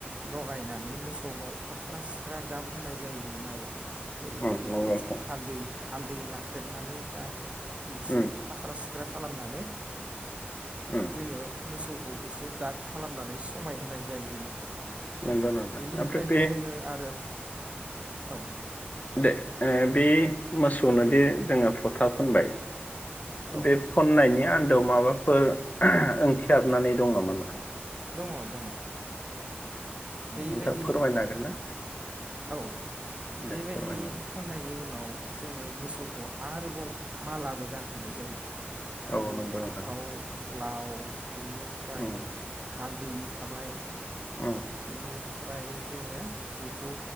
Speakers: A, on the right (about 30°); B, on the left (about 40°).
A: लगायनानै मोसौनाव फाख्रा सिख्रा गाब होनाय जायोमोन आरो जेरैबायदि
B: उम नंगौ
A: बिथिं
B: नोंथां
A: हालदै हालदै नाख्रेबनानै दा बिदिसो
B: उम
A: फाख्रा सि ख्रा खालामनानै
B: उम
A: जोङो मोसौखौ खौ एसे दाग खालामनानै समाय होनाय जायोमोन
B: नंगौ नोंथां
A: बेनिफ्रायनो
B: ओमफ्राय बे
A: जोङो आरो औ
B: दे ओ बे मोसौनोदि जोङो फथा फोनबाय
A: औ
B: बे फननायनि आ न्दोआव माबाफोर ओंथि हाबनानै दं नामा नोंथां
A: दङ दङ बेबायदि
B: नोंथां फोरमायनो हागोन ना
A: औ
B: दे
A: बेबायदि
B: फोरमायनो
A: फोननायनि उन नाव जोङो मोसौखौ आरोबाव मालाबो गानहोनाय जायो
B: औ
A: जेरै
B: नंगौ
A: फान्थाव
B: नोंथां
A: लाउ बेनिफ्राय
B: उम
A: हालदै थाबाय।
B: उम
A: बिनि फ्राय जोङो बेखौ